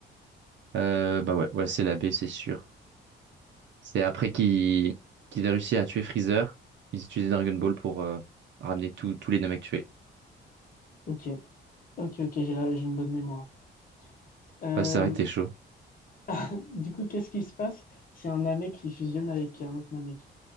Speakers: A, on the right; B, on the left.
A: Euh, bah ouais, ouais, c'est la B, c'est sûr. C'est après qu'ils qu'ils aient réussi à tuer Freezer, ils utilisaient Dragon Ball pour euh, ramener tous tous les Namek tués.
B: Ok, ok, ok, j'ai la- j'ai une bonne mémoire. Euh,
A: Ouais, ça aurait été chaud.
B: <laughs> Du coup, qu'est-ce qui se passe si un Namek qui fusionne avec un autre Namek?